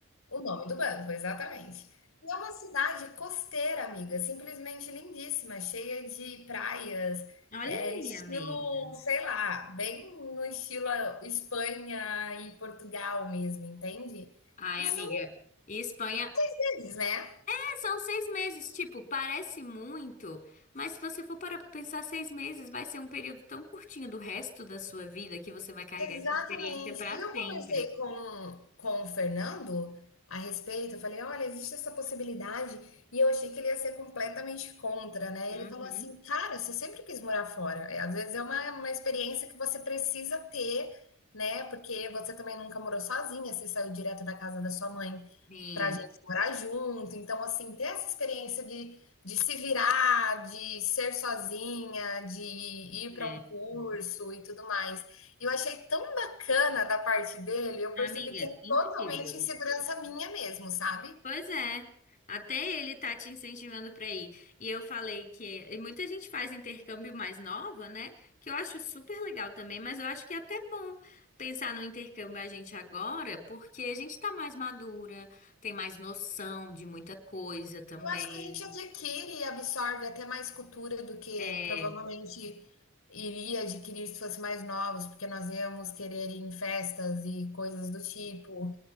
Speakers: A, on the left (about 80°); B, on the left (about 35°).
A: O nome do banco, exatamente. E é uma cidade costeira, amiga, simplesmente lindíssima, cheia de praias,
B: Olha
A: é,
B: aí,
A: estilo,
B: amiga.
A: sei lá, bem no estilo ah, Espanha e Portugal mesmo, entende?
B: Ai,
A: E
B: amiga.
A: são
B: E Espanha,
A: deles, né?
B: é, são seis meses, tipo, parece muito, mas se você for parar pra pensar, seis meses vai ser um período tão curtinho do resto da sua vida que você vai carregar
A: Exatamente.
B: essa experiência pra
A: E eu
B: sempre.
A: conversei com, com o Fernando a respeito. Eu falei: olha, existe essa possibilidade. E eu achei que ele ia ser completamente contra, né?
B: Uhum.
A: Ele falou assim: cara, você sempre quis morar fora. É, Às vezes é uma, uma experiência que você precisa ter, né? Porque você também nunca morou sozinha, você saiu direto da casa da sua mãe
B: Sim,
A: para a gente morar junto. Então, assim, ter essa experiência de, de se virar, de ser sozinha, de ir para
B: é.
A: um curso e tudo mais. E eu achei tão bacana da parte dele, eu
B: Amiga,
A: percebi que é
B: incrível.
A: totalmente insegurança minha mesmo, sabe?
B: Pois é. Até ele tá te incentivando pra ir. E eu falei que. E muita gente faz intercâmbio mais nova, né? Que eu acho super legal também, mas eu acho que é até bom pensar no intercâmbio a gente agora, porque a gente tá mais madura, tem mais noção de muita coisa também.
A: Eu acho que a gente adquire e absorve até mais cultura do que
B: É,
A: provavelmente iria adquirir se fosse mais novos, porque nós íamos querer ir em festas e coisas do tipo.